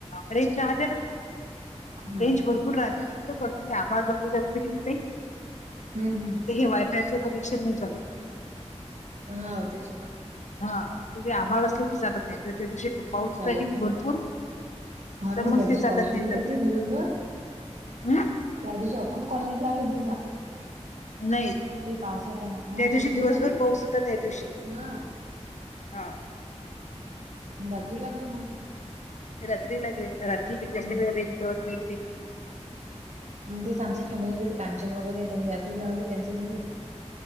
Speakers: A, on the left; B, on the right.
A: रेंज राहते ना
B: हा
A: रेंज भरपूर राहते फक्तपूर आभ वग क का
B: हम् हम्
A: हे वायफायचं कनेक्शन नाही ल
B: हा तेच
A: हा त आभड असले की चालत नाही त्याच्या दिवशी पाऊस
B: चालत
A: आहे
B: नाही
A: भरपूर
B: हा. हा ना
A: तर मग
B: त्या दिवशी
A: ते चालत
B: पाऊस सुरू
A: नाही
B: होता
A: जतय
B: की दिवसभर
A: हम्
B: त्या दिवशी अख्खून कॉलनीत लागली दिवसा
A: नाही
B: ते पावसाचा हा
A: ज्या दिवशी
B: सुरूच
A: दिवसभर
B: होता ना
A: पाऊस होता त्या दिवशी
B: हा
A: हा
B: रात्री लागली मग
A: रात्री लागेल रात्री जास्त
B: हम्म
A: वेळ रेवत नाहीते
B: मग तेच आमच्या फॅमिलीला ते कांचन वगैरे त्यांनी रात्री लाावले त्यांचे झाले